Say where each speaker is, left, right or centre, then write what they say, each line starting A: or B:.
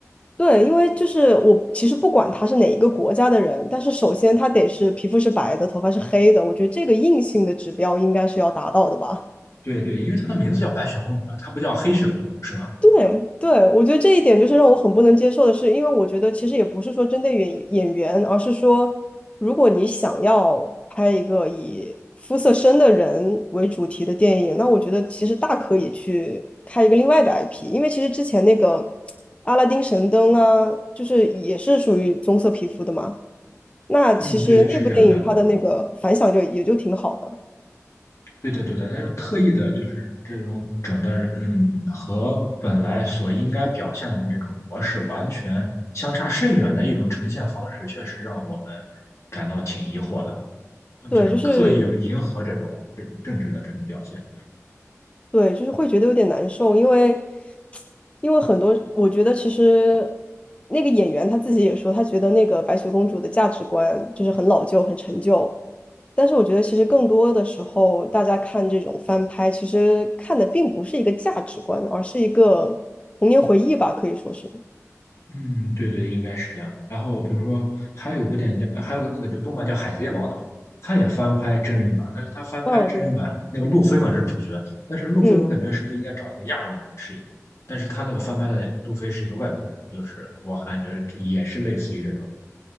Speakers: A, on the left; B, on the left.
A: 对，因为就是我其实不管他是哪一个国家的人，但是首先他得是皮肤是白的，头发是黑的，我觉得这个硬性的指标应该是要达到的吧。
B: 对对，因为她的名字叫白雪公主啊，她不叫黑雪公主，是吗？
A: 对对，我觉得这一点就是让我很不能接受的是，因为我觉得其实也不是说针对演演员，而是说，如果你想要拍一个以肤色深的人为主题的电影，那我觉得其实大可以去开一个另外的 IP，因为其实之前那个阿拉丁神灯啊，就是也是属于棕色皮肤的嘛，那其实那部电影它的那个反响就也就挺好的。
B: 嗯，对，是这样的。对的，对的，他是特意的，就是这种整的人，嗯，和本来所应该表现的那种模式完全相差甚远的一种呈现方式，确实让我们感到挺疑惑的，嗯就是刻意迎合这种这种政治的这种表现。
A: 对，就是对，就是会觉得有点难受，因为因为很多，我觉得其实那个演员他自己也说，他觉得那个白雪公主的价值观就是很老旧、很陈旧。但是我觉得其实更多的时候，大家看这种翻拍，其实看的并不是一个价值观，而是一个童年回忆吧，可以说是。
B: 嗯，对对，应该是这样。然后比如说，还有一个电影叫，还有个那个动漫叫《海贼王》的，他也翻拍真人版，但是他翻拍真人版那个路飞嘛是主角，
A: 嗯，对，
B: 但是路飞我感觉是不是应该找一个亚洲人饰演？
A: 嗯。
B: 但是他那个翻拍的路飞是一个外国人，就是我感觉也是类似于这种。